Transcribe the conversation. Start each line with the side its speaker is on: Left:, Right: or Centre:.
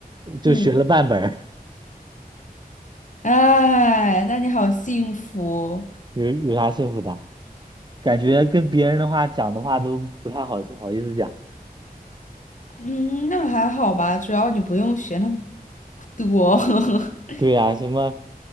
Right: 就学了半本儿，
Left: 嗯，哎，那你好幸福。
Right: 有有啥幸福的？感觉跟别人的话讲的话都不太好好意思讲。
Left: 嗯，那还好吧，主要你不用学那么多。<laughs>
Right: 对呀、什么，